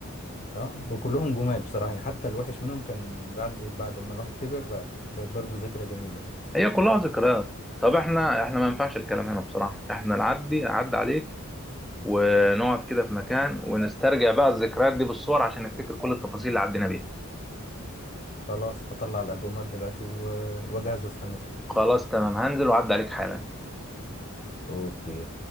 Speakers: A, on the left; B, in the centre.
A: اه وكلهم جمال بصراحة يعني حتى الوحش منهم كان بعد بعد ما الواحد كبر بقى بقت برضه ذكرى جميلة
B: هي كلها ذكريات طب احنا احنا ما ينفعش الكلام هنا بصراحه احنا نعدي اعدي عليك ونقعد كده في مكان ونسترجع بقى الذكريات دي بالصور عشان نفتكر كل التفاصيل اللي عدينا بيها
A: خلاص هطلع الألبومات دلوقتي و- واجهز واستناك
B: خلاص تمام هنزل وعدي عليك حالا
A: اوكي